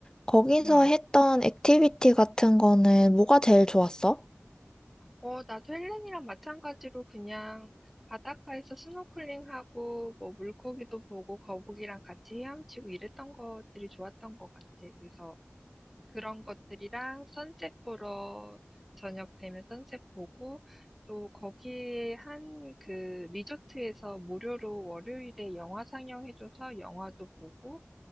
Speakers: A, on the left (about 15°); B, in the centre.
A: 거기서
B: 음.
A: 했던 액티비티 같은 거는 뭐가 제일 좋았어?
B: 어, 나도 헬렌이랑 마찬가지로 그냥 바닷가에서 스노클링하고 뭐 물고기도 보고 거북이랑 같이 헤엄치고 이랬던 것들이 좋았던 것 같아. 그래서 그런 것들이랑 선셋 보러 저녁 되면 선셋 보고 또 거기에 한 그 리조트에서 무료로 월요일에 영화 상영해줘서 영화도 보고